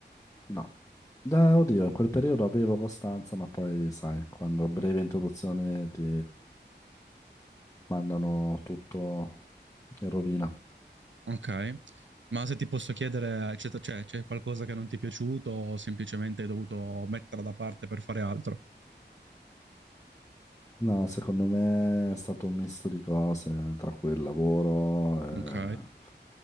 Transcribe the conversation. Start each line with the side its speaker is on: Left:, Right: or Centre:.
Left: no, Eh, oddio, in quel periodo avevo costanza, ma poi sai, quando a breve interruzione ti mandano tutto in rovina.
Right: Ok. Ma se ti posso chiedere, c'è c'è- c'è qualcosa che non ti è piaciuto o semplicemente hai dovuto metterla da parte per fare altro?
Left: No, secondo me è stato un misto di cose, tra cui il lavoro, eh,
Right: Ok.